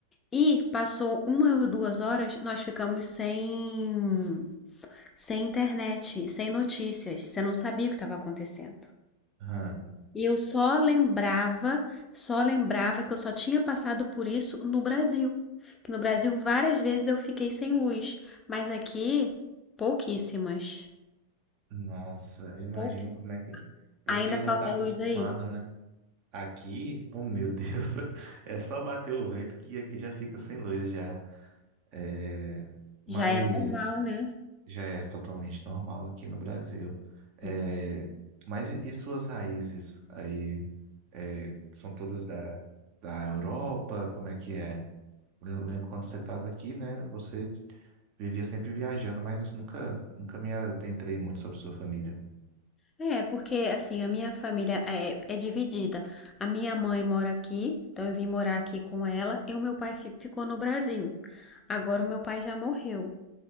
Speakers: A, on the left; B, on the right.
A: E passou uma ou duas horas, nós ficamos sem, sem internet, sem notícias. Você não sabia o que estava acontecendo.
B: Aham.
A: E eu só lembrava, só lembrava que eu só tinha passado por isso no Brasil. Que no Brasil várias vezes eu fiquei sem luz, mas aqui pouquíssimas.
B: Nossa, imagino
A: Pouqui...
B: como é que é. Porque
A: Ainda
B: não
A: falta
B: tá acostumado,
A: luz aí.
B: né? Aqui, oh meu Deus, <laughs> é só bater o vento que aqui já fica sem luz já. É, Mas.
A: Já é normal, né?
B: já é totalmente normal aqui no Brasil. É,
A: Hum.
B: mas e e suas raízes aí é, são todas da, da Europa? Como é que é? Lembro, lembro quando você estava aqui, né? Você vivia sempre viajando, mas nunca, nunca me adentrei muito sobre sua família.
A: É, porque assim, a minha família é, é dividida. A minha mãe mora aqui, então eu vim morar aqui com ela, e o meu pai fi- ficou no Brasil. Agora o meu pai já morreu.